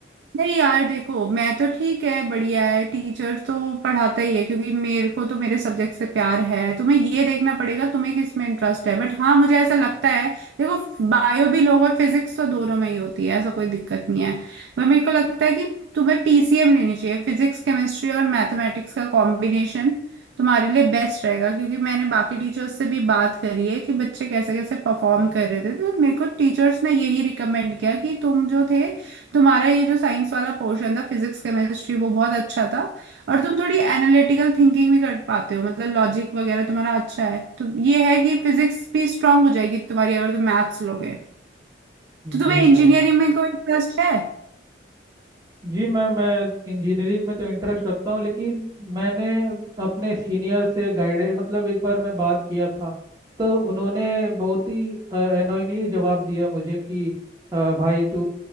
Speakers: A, on the right; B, on the right.
A: नहीं यार देखो मैं तो ठीक है बढ़िया है टीचर तो पढ़ाता ही है क्योंकि मेरे को तो मेरे सब्जेक्ट से प्यार है तुम्हें ये देखना पड़ेगा तुम्हें किस में इंटरेस्ट है बट हाँ मुझे ऐसा लगता है देखो बायो भी लोग और फिजिक्स तो दोनों में ही होती है ऐसा कोई दिक्कत नहीं है पर मेरे को लगता है कि तुम्हें पीसीएम लेनी चाहिए फिजिक्स केमिस्ट्री और मैथमेटिक्स का कॉम्बिनेशन तुम्हारे लिए बेस्ट रहेगा क्योंकि मैंने बाकी टीचर्स से भी बात करी है कि बच्चे कैसे कैसे परफॉर्म कर रहे थे तो मेरे को टीचर्स ने यही रिकमेंड किया कि तुम जो थे तुम्हारा ये जो साइंस वाला पोर्शन था फिजिक्स केमिस्ट्री वो बहुत अच्छा था और तुम थोड़ी एनालिटिकल थिंकिंग भी कर पाते हो मतलब लॉजिक वगैरह तुम्हारा अच्छा है तो ये है कि फिजिक्स भी स्ट्रांग हो जाएगी तुम्हारी अगर तुम मैथ्स लोगे तो तुम्हें
B: जी
A: इंजीनियरिंग
B: मैम
A: में कोई इंटरेस्ट है
B: जी मैम मैं इंजीनियरिंग में तो इंटरेस्ट रखता हूँ लेकिन मैंने अपने सीनियर से गाइड मतलब एक बार मैं बात किया था तो उन्होंने बहुत ही अनोइंगली जवाब दिया मुझे कि अ, भाई तू